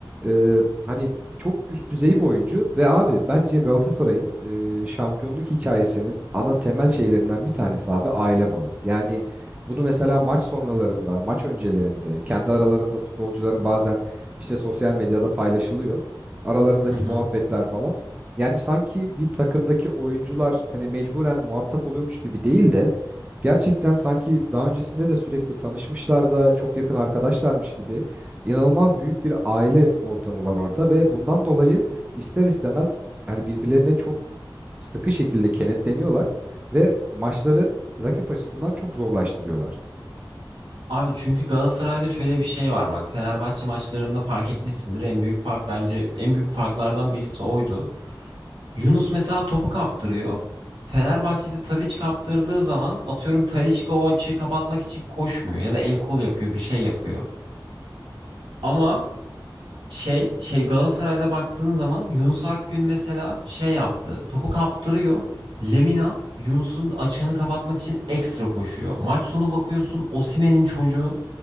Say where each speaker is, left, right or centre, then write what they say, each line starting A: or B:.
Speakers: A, on the right; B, on the right.
A: e, hani çok üst düzey bir oyuncu. Ve abi bence Galatasaray'ın e, şampiyonluk hikayesinin ana temel şeylerinden bir tanesi abi aile bağı. Yani bunu mesela maç sonralarında, maç öncelerinde, kendi aralarında futbolcuların bazen işte sosyal medyada paylaşılıyor. Aralarındaki
B: Hı hı.
A: muhabbetler falan. Yani sanki bir takımdaki oyuncular hani mecburen muhatap oluyormuş gibi değil de gerçekten sanki daha öncesinde de sürekli tanışmışlar da çok yakın arkadaşlarmış gibi inanılmaz büyük bir aile ortamı var orada ve bundan dolayı ister istemez hani birbirlerine çok sıkı şekilde kenetleniyorlar ve maçları rakip açısından çok zorlaştırıyorlar.
B: Abi çünkü Galatasaray'da şöyle bir şey var bak. Fenerbahçe maçlarında fark etmişsindir. En büyük fark bence en büyük farklardan birisi oydu. Yunus mesela topu kaptırıyor. Fenerbahçe'de Tadiç kaptırdığı zaman atıyorum Tadiç o açığı kapatmak için koşmuyor ya da el kol yapıyor bir şey yapıyor. Ama Şey, şey Galatasaray'da baktığın zaman Yunus Akgün mesela şey yaptı. Topu kaptırıyor. Lemina Yunus'un açığını kapatmak için ekstra koşuyor. Maç sonu bakıyorsun Osimhen'in çocuğu